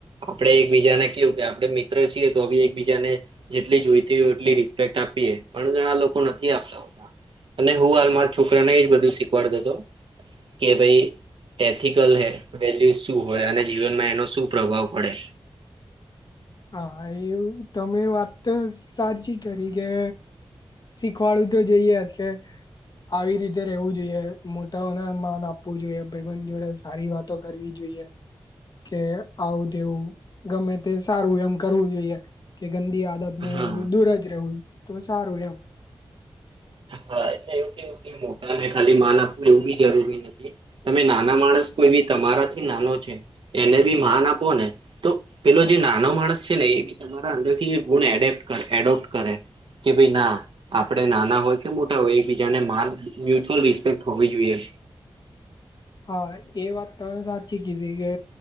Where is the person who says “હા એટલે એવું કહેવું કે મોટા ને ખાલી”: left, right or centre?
Right